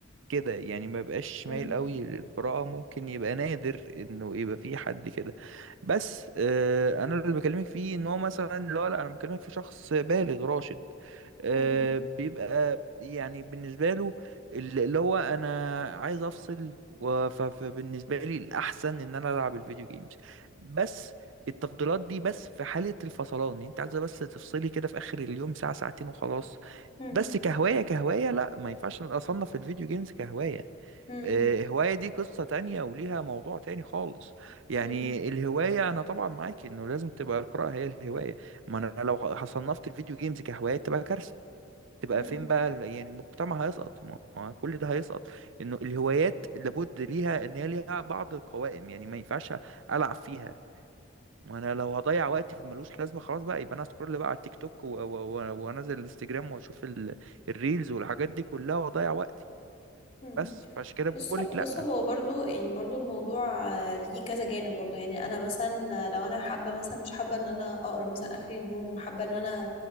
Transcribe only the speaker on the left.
مم.
مم.
مم.
مم.
مم.
مم.
مم.
بص
بص
هو برضو يعني برضو الموضوع آه، ليه كذا جانب برضو يعني انا مثلا آه، لو انا حابه مثلا مش حابه ان انا اقرا مثلا اخر اليوم وحابه ان انا